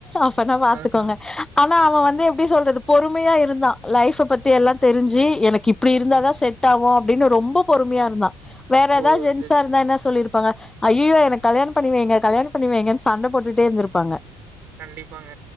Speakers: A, on the left; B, on the right.
A: அப்பனா பாத்துக்கோங்க
B: ஆஹா
A: ஆனா அவ வந்து எப்படி சொல்றது பொறுமையா இருந்தா லைஃப்ப பத்தி எல்லா தெரிஞ்சு எனக் கிப்டி இருந்தா
B: சேரி
A: தா ட்டாவும் அப்படின்னு ரொம்ப பொறுமையா இருந்தா வேற
B: ஓ
A: ஏதாவது ஜன்ஸா
B: சேரி
A: இருந்தா என்ன சொல்லிருப் ப்பாங்க ஐய்யயோ எனக்கு கல்யாணம் பண்ணி வைங்க கல்யாணம் பண்ணி வங்கன்னு சண்ட போட்டுட்டே இருந்திருப்பாங்க
B: கண்டிப்பாங்க